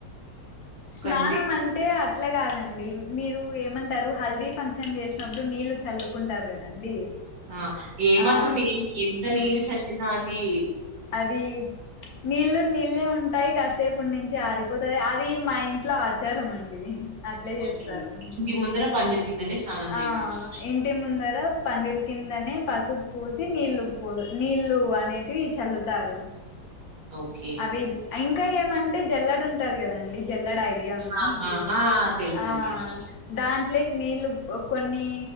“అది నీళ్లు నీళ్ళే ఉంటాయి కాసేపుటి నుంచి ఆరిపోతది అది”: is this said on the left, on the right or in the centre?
Left